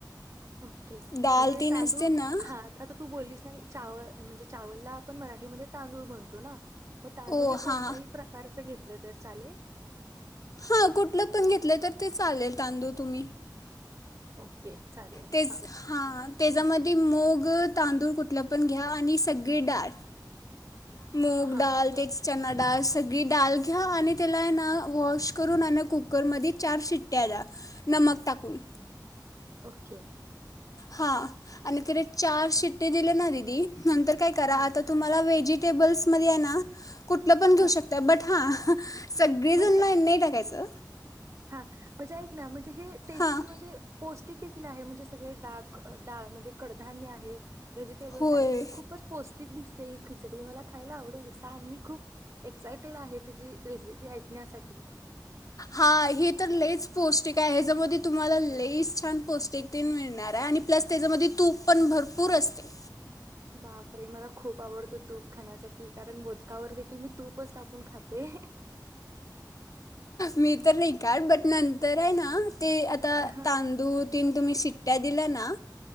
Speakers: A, on the right; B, on the left.
A: ओके
B: डाळ
A: म्हणजे
B: ती
A: तांदूळ
B: नसते ना
A: हा आता तू बोललीस ना चावल म्हणजे चावलला, पण मराठीमध्ये तांदूळ म्हणतो ना मग तांदूळ
B: ओ
A: हे कोणत्याही
B: हा,
A: प्रकारचं घेतलं तर चालेल
B: हा कुठलं पण घेतलं तर ते चालेल. तांदूळ तुम्ही
A: ओ के चालेल,
B: तेच
A: हा
B: हां त्याच्यामध्ये मुग, तांदूळ कुठलं पण घ्या आणि सगळी डाळ. मूगडाल
A: हा
B: तेच- चना डाळ सगळी डाळ घ्या आणि त्याला हाय ना वॉश करून आणि कुकरमध्ये चार शिट्ट्या द्या <inaudible> टाकून.
A: ओके
B: हां आणि तिला चार शिट्टी दिले ना दिदी - नंतर काय करा
A: हा
B: आता तुम्हाला व्हेजि् टेबल्स मध्ये आहे ना- कुठलं पण घेऊ
A: हा
B: शकताय बट हा सगळीजन
A: म्हणजे
B: नाही टाकायचे.
A: हा म्हणजे ऐक ना, म्हणजे हे टेस्टी
B: हां
A: म्हणजे पौष्टिक देखील आहे म्हणजे सगळे डाग, डाळ म्हणजे कडधान्य आहे. व्हेजिटेबल्स
B: होय
A: आहे म्हणजे खूपच पोस्ट ठीक दिसते ही खिचडी मला खायला आवडेल सांग मी खूप एक्सायटेड आहे तुझी रेसिपी ऐकण्यासाठी
B: हा हे तर लेस पौष्टिक आहे ह्याच्यामध्ये तुम्हाला लेस छान पौष्टिकतेन मिळणार आहे आणि प्लस त्याच्यामध्ये तूप पण भरपूर असते.
A: बापरे मला खूप.... आवडतो तूप खाण्यासाठी कारण ब का वर देखील मी तूपच टाकून खाते.
B: मी तर नाही का बटणान तर आहे ना? ते आता
A: हा
B: तांदूळ, तीन तुम्ही शिट्या दिल्या ना,